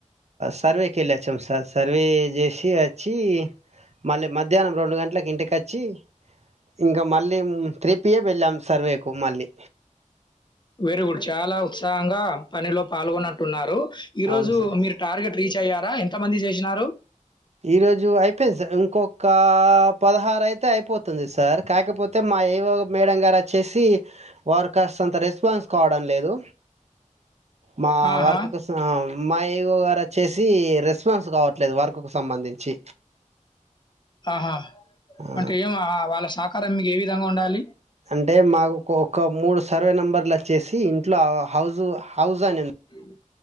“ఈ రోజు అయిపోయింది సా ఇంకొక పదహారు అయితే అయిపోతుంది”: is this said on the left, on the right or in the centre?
Right